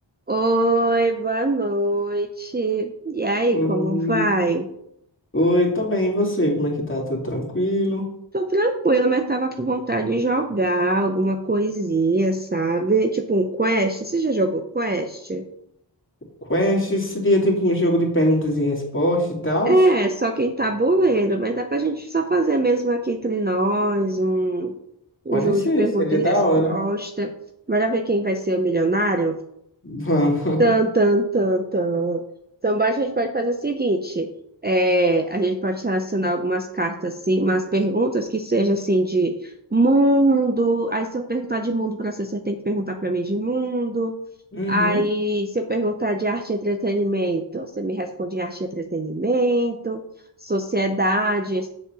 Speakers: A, on the right (about 20°); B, on the left (about 25°).
A: Oi, boa noite. E aí, como
B: Oi,
A: vai?
B: Oi, tô bem, e você? Como é que tá? Tudo tranquilo?
A: Tô tranquila, mas tava com vontade de jogar alguma coisinha, sabe? Tipo um quest. Você já jogou quest?
B: Quest seria tipo um jogo de perguntas e respostas e tal?
A: É, só que em tabuleiro, mas dá pra gente só fazer mesmo aqui entre nós um, um
B: Pode
A: jogo
B: ser,
A: de pergunta
B: seria
A: e resposta.
B: da hora.
A: Bora ver quem vai ser o milionário?
B: Vamos.
A: Tan,
B: <laughs>
A: tan, tan, tan. Então, a gente pode fazer o seguinte: é, a gente pode selecionar algumas cartas, assim, umas perguntas que seja assim de mundo. Aí, se eu perguntar de mundo para você, você tem que perguntar para mim de mundo.
B: Uhum,
A: Aí, se eu perguntar de arte e entretenimento, você me responde em arte e entretenimento, sociedade,